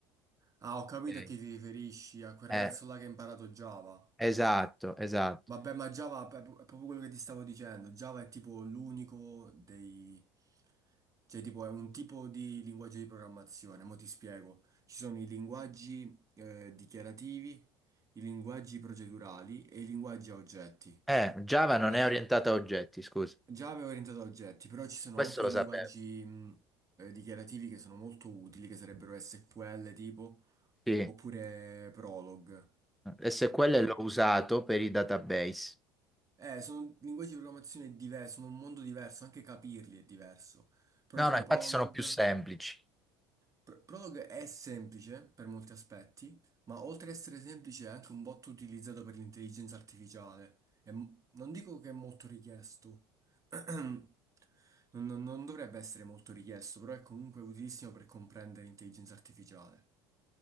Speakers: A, on the right; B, in the centre.
A: Ah, ho capito
B: Ok.
A: a chi ti riferisci, a quel
B: Eh,
A: ragazzo là che ha imparato Java.
B: esatto, esatto.
A: Vabbè, ma Java è pro- è proprio quello che ti stavo dicendo. Java è tipo l'unico dei... Cioè, tipo, è un tipo di linguaggio di programmazione. Mo' ti spiego. Ci sono i linguaggi eh, dichiarativi, i linguaggi procedurali e i linguaggi a oggetti.
B: Eh, Java non
A: La-
B: è orientata a oggetti, scusa.
A: Java è orientato a oggetti, però ci sono
B: Questo
A: anche
B: lo
A: i
B: sapevo.
A: linguaggi mh, eh, dichiarativi che sono molto utili, che sarebbero SQL tipo,
B: Sì.
A: oppure Prolog.
B: SQL l'ho usato per i database.
A: Eh, sono linguaggi di programmazione diversi, sono un mondo diverso, anche capirli è diverso. Però
B: No,
A: tipo
B: no, infatti
A: Prolog,
B: sono più semplici.
A: Pr- Prolog è semplice per molti aspetti, ma oltre ad essere semplice è anche un bot utilizzato per l'intelligenza artificiale. E m- non dico che è molto richiesto, <clears throat> non, non- non dovrebbe essere molto richiesto, però è comunque utilissimo per comprendere l'intelligenza artificiale.